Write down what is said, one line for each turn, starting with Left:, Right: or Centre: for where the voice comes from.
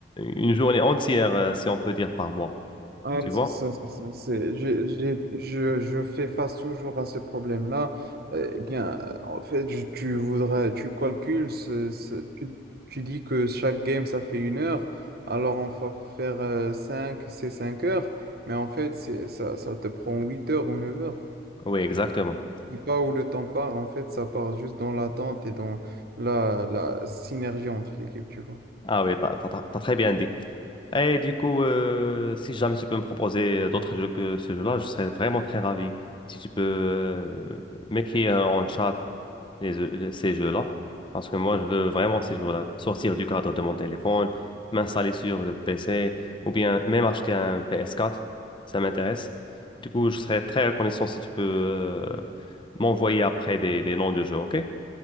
Left: une journée entière, euh, si on peut dire, par mois.
Right: Ouais,
Left: Tu
Right: c'est
Left: vois?
Right: ça, c'est ça. c'est- j'ai- j'ai- je, je fais face toujours à ce problème-là. Euh, Eh bien, euh, en fait, je- tu voudrais, tu calcules, ce- ce- tu, tu dis que chaque game, ça fait une heure, alors on va faire euh, 5 c'est 5 heures, mais en fait, c'est, ça, ça te prend 8 heures ou 9 heures.
Left: Oui, exactement.
Right: Et pas où le temps part, en fait, ça part juste dans l'attente et dans la, la synergie entre l'équipe, tu vois.
Left: Ah oui, t'as, t'as- t'as- t'as très bien dit. Et du coup, euh, si jamais tu peux me proposer euh, d'autres jeux que ce jeu-là, je serais vraiment très ravi. Si tu peux euh, m'écrire en chat les jeux- les- ces jeux-là. Parce que moi, je veux vraiment ces jours-là sortir du cadre de mon téléphone, m'installer sur le PC ou bien même acheter un PS4. Ça m'intéresse. Du coup, je serais très reconnaissant si tu peux euh, m'envoyer après des, des noms de jeux, OK?